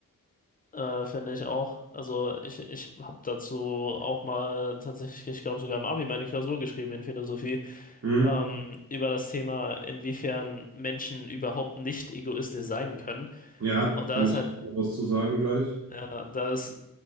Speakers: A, on the left; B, on the right.
A: äh, finde ich auch. Also ich, ich habe dazu auch mal tatsächlich, ich glaube sogar im Abi meine Klausur geschrieben in Philosophie,
B: Hm.
A: ähm, über das Thema, inwiefern Menschen überhaupt nicht egoistisch sein können.
B: Ja,
A: Und da
B: kann
A: ist
B: ich
A: halt,
B: noch was zu sagen gleich?
A: ja, da ist